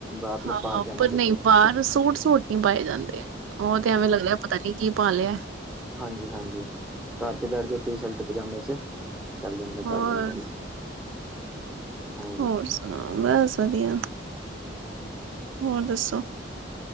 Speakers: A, in the centre; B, on the right (about 85°).
A: ਮਤਲਬ
B: ਹਾਂ
A: ਬਾਹਰ ਜਾਣਾ
B: ਪਰ
A: ਕੁਛ
B: ਨਹੀਂ
A: ਨਾ ਕੁਛ
B: ਬਾਹਰ ਸੂਟ ਸੂਟ ਨਹੀਂ ਪਾਏ ਜਾਂਦੇ ਆ ਉਹ ਤੇ ਐਵੇਂ ਲੱਗਦਾ ਪਤਾ ਏ ਕੀ ਭਾ ਲਿਆ
A: ਹਾਂਜੀ, ਹਾਂਜੀ ਘਰ ਤੇ ਬੈਠ ਜਾਓ ਟੀ ਸ਼ਰਟ ਪਜਾਮੇ ਚ ਚੱਲ ਜਾਂਦਾ
B: ਹੋਰ
A: ਕਰ ਦਿੰਦਾ ਵੀ ਹਾਂਜੀ।
B: ਹੋਰ ਸੁਣਾਉ ਬਸ ਵਧੀਆ ਹੋਰ ਦੱਸੋ।